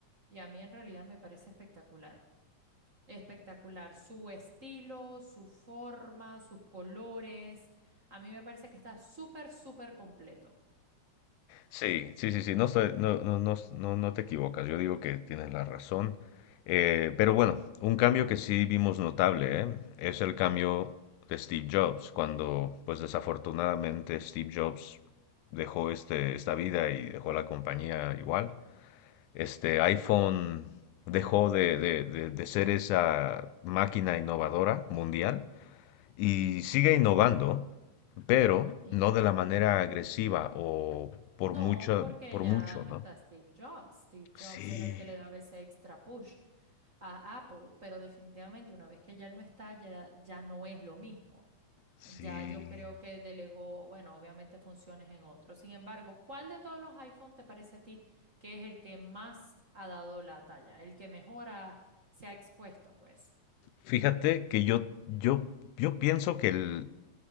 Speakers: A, on the right; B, on the left.
A: y a mí en realidad me parece espectacular. Espectacular, su estilo, su forma, sus colores. A mí me parece que está súper, súper completo.
B: Sí, sí, sí, sí, no, estoy- no, no, no, no, no te equivocas, yo digo que tienes la razón. Eh, pero bueno, un cambio que sí vimos notable, ¿eh? es el cambio de Steve Jobs, cuando pues desafortunadamente Steve Jobs dejó este, esta vida y dejó la compañía igual. Este iPhone dejó de, de de- de ser esa máquina innovadora mundial y sigue innovando, pero
A: Sí.
B: no de la manera agresiva o por
A: No,
B: mucho,
A: porque
B: por
A: ya
B: mucho,
A: no
B: ¿no?
A: está Steve Jobs. Steve
B: Sí,
A: Jobs era el que le daba ese extra push a Apple, pero definitivamente una vez que ya él no está, ya, ya no es lo mismo.
B: sí.
A: Ya yo creo que delegó, bueno, obviamente funciones en otros. Sin embargo, ¿cuál de todos los iPhone te parece a ti que es el que más ha dado la talla? El que mejor ha- se ha expuesto, pues.
B: Fíjate que yo, yo, yo pienso que el